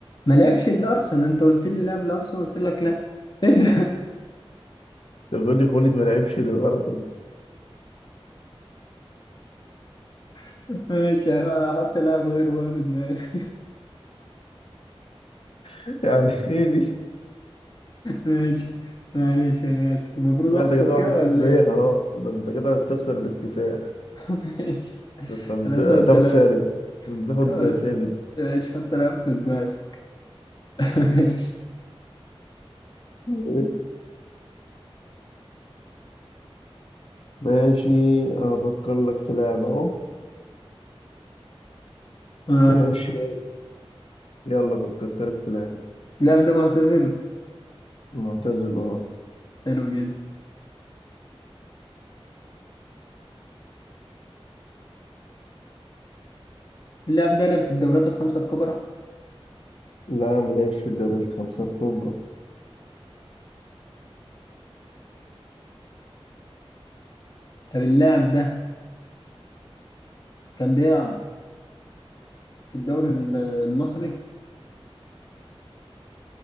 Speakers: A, on the left; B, on the left.
A: ما لعبش الأرسنال أنت قلت لي لعب الأرسنال قلت لك لا إيه ده
B: انت بتقول لي خلت ما لعبش للارسنال
A: <laughs> ماشي هحط لاعب غيره بقى في دماغي <laughs>
B: <laughs> يعني ايه دي
A: ماشي معلش أنا آسف المفروض
B: لا
A: أخسر
B: انت كده
A: كده
B: 1-0
A: ولا إيه
B: ايه خلاص ده انت كده هتخسر باكتساح
A: <laughs> ماشي
B: ده انت
A: أنا
B: هتاخد
A: سألت لاعب
B: سالب ده انت هتاخد
A: قلت
B: سالب
A: ماشي حط لاعب في دماغي <laughs> ماشي
B: <laughs> ماشي افكر لك في لعبة اهو
A: اه
B: ماشي يلا فكرت لك في لعبة
A: اللاعب ده معتزل
B: معتزل اه
A: حلو جدا اللاعب ده لعب في الدوريات الخمسة الكبرى
B: لا ما لعبش في الدوري الخمسة الكبرى
A: طب اللاعب ده كان بيلعب في الدوري الم- المصري